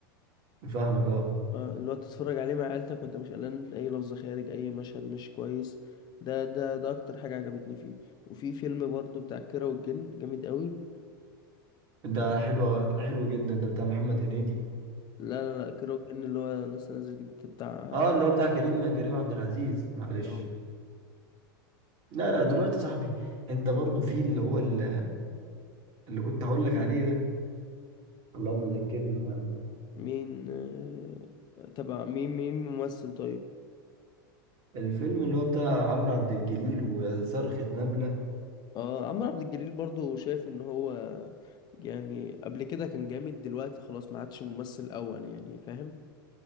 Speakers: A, on the right; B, on the left.
A: فاهمك اه
B: آه، اللي هو تتفرج عليه مع عيلتك وانت مش قلقان اي لفظ خارج اي مشهد مش كويس ده ده ده اكتر حاجة عجبتني فيه وفي فيلم برضو بتاع كيرة والجن جامد قوي
A: ده حلو حلو جدا ده بتاع محمد هنيدي
B: لا لا لا كيرة والجن اللي هو لسه نازل جديد بتاع
A: اه
B: احمد
A: اللي هو بتاع كريم كريم عبد العزيز معلش
B: آه،
A: لا لا دلوقتي يا صاحبي انت برضو في اللي هو ال- اللي كنت هقول لك عليه ده اللهم ذكرني الهم
B: مين آه، تبع مين مين ممثل طيب
A: الفيلم اللي هو بتاع عمرو عبد الجليل وصرخة نملة
B: اه عمرو عبد الجليل برضو شايف ان هو يعني قبل كده كان جامد دلوقتي خلاص ما عادش ممثل اول يعني فاهم